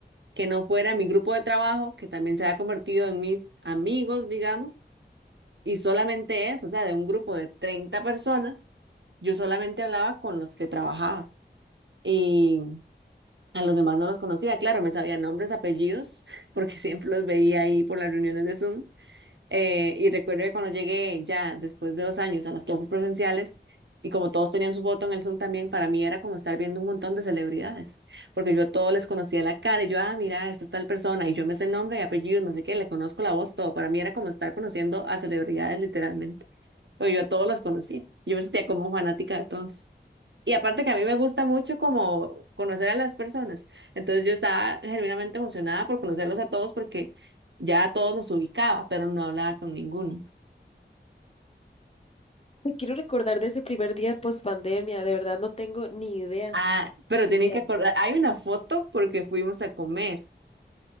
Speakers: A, on the right; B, on the left.
A: que no fuera mi grupo de trabajo, que también se había convertido en mis amigos, digamos, y solamente eso, o sea, de un grupo de 30 personas, yo solamente hablaba con los que trabajaba y a los demás no los conocía. Claro, me sabía nombres, apellidos, <laughs> porque siempre los veía ahí por las reuniones de Zoom eh, y recuerdo que cuando llegué ya después de dos años a las clases presenciales, y como todos tenían su foto en el Zoom también, para mí era como estar viendo un montón de celebridades, porque yo a todos les conocía la cara, y yo, ah, mira, esta es tal persona, y yo me sé el nombre y apellido, no sé qué, le conozco la voz, todo. Para mí era como estar conociendo a celebridades literalmente, porque yo a todos los conocí, yo me sentía como fanática de todos. Y aparte que a mí me gusta mucho como conocer a las personas. Entonces yo estaba genuinamente emocionada por conocerlos a todos porque ya a todos los ubicaba, pero no hablaba con ninguno.
B: Me quiero recordar de ese primer día post pandemia. De verdad no tengo ni idea,
A: Ah, pero
B: ni
A: tienen
B: idea.
A: que acordar, hay una foto porque fuimos a comer.